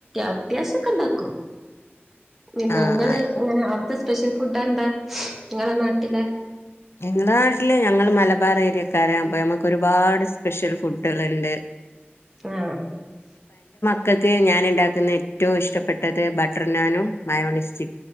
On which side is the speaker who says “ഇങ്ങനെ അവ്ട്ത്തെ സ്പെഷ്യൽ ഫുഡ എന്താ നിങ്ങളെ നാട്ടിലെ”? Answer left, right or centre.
Centre